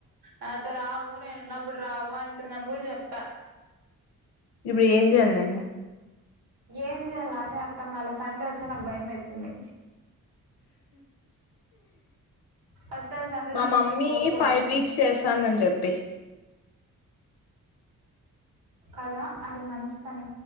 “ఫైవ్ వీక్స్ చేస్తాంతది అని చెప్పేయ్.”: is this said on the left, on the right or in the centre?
Left